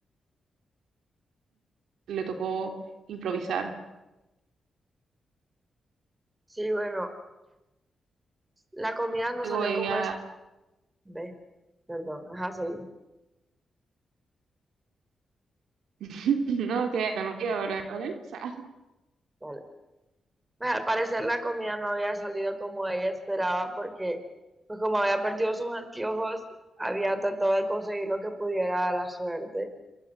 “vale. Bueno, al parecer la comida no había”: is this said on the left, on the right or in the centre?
Right